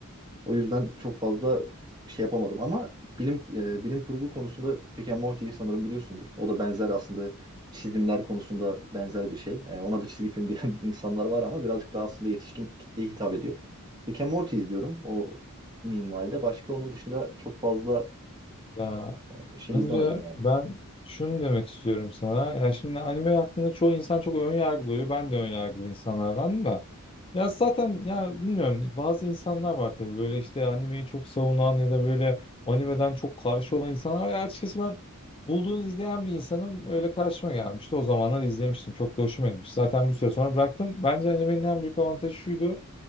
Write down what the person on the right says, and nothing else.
o yüzden çok fazla şey yapamadım ama bilim e, bilim kurgu konusunda Rick and Morty'yi sanırım biliyorsundur. O da benzer aslında çizimler konusunda benzer bir şey. Ee, ona da çizgi film <laughs> diyen insanlar var ama birazcık daha aslında yetişkin kitleye hitap ediyor. Rick and Morty izliyorum o minvalde. Başka onun dışında çok fazla
e, şey
izlemedim yani.